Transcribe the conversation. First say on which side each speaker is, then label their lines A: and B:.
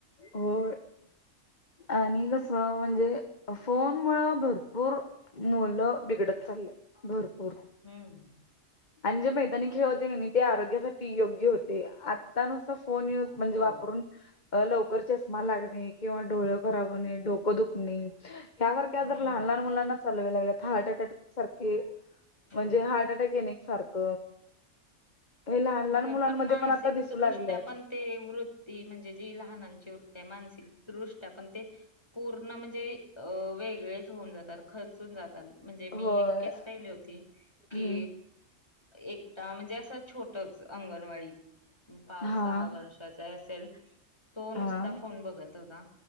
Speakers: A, on the left (about 35°); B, on the left (about 20°).
A: हो. आणि कस म्हणजे फोन मुळ भरपूर मुलं बिघडत चाल्यात भरपूर.
B: हम्म ह
A: आणि जे मैदानी खेळवते का मी ते आरोग्यासाठी योग्य होते आता नुस फोन यज म्हणजे
B: हो
A: वापून अ लवकर चष्मा लागणे किंवा डोळे खराब होणे डोकं दुखणे ह्यासारख्या
B: हम्म
A: जर लहान लहान मुलांना चालवे्या लागल्या तर हार्ट अटॅक सारखे
B: हो
A: म्हणजे हार्ट अ सारख लहान
B: होय
A: लहान मुलांमध्ये
B: मानसिकदृष्ट्या
A: पण आता दिसू लागल्यात
B: पण ते वृत्ती म्हणजे जी लहानांची वृत्ती आहे मानसिक दृष्ट आहे पण ते पूर्ण म्हणजे वेगळेच होऊन जातात खर्चून जातात म्हणजे मी
A: होय
B: एक केस पाहिली होती की
A: हम्म
B: एकटा म्हणजे असं छोटच अंगणवाडीत पाच
A: हा
B: सहा वर्षाचा असेल तो नुसता
A: हा
B: फोन बघत होता